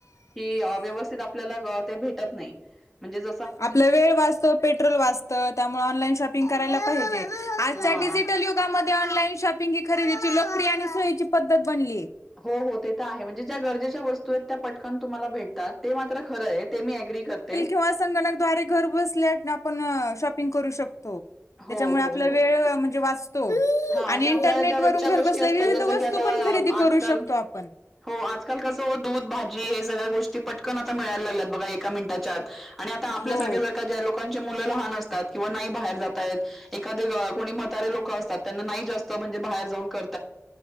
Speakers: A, in the centre; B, on the left (about 85°).
A: की व्यवस्थित आपल्याला ते भेटत नाही म्हणजे ज
B: आपला वेळ वाचतो पेट्रोल वाचतात त्याऑ कयलाे आ ड
A: हां.
B: मध्ये ऑनलाईन शॉपिंग ही खरेदीची लोकरी आणि सोयीची पद्धत बनली आहे
A: हो हो ते तर आहे म्हणजे ज्या गरजेच्या वस्तू आहेत त्या पटकन तुम्हाला भेटतात ते मात्र खरं आहे ते मी अग्री करते
B: हास संगणक दारे घर बसल्या आपण शॉपिंग करू शकतो त्याच्यामुळे
A: हो, हो,
B: आपला
A: हो.
B: वेळ म्हणजे वाचतो
A: हां
B: आणि
A: आपल्या
B: इंटरनेट
A: ज्या रोजच्या
B: वून घर
A: गोष्टी
B: बसल्या
A: असतात
B: विविध
A: जसं
B: वस्तू
A: की आता
B: पण खरेदी
A: अ,
B: कर
A: आजकाल
B: करू शकतो आपण
A: हो आजकाल कसं हो दूध भाजी हे सगळ्या गोष्टी पटकन आता मिळायला लागल्यात,, बघा एका मिनिटाच्या आतऽ आणि आता आपल्यासारखे,
B: हो
A: जर का ज्या लोकांचे मुलं लहान असतात,, किंवा नाही बाहेर जातऽ एखाद कोणी मतारे लोक असतात,, त्यांना नाही जास्त, म्हणजे बाहेर जाऊन करऽ